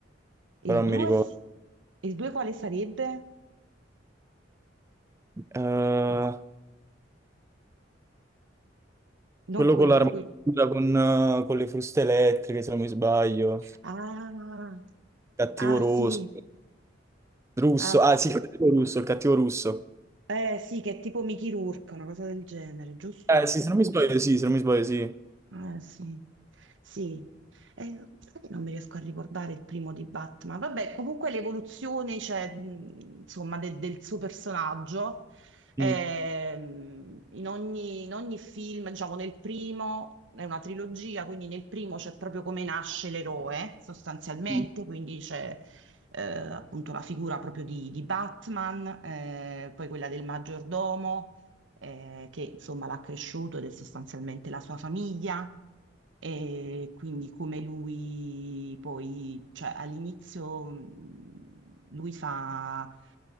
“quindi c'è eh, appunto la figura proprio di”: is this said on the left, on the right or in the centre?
Right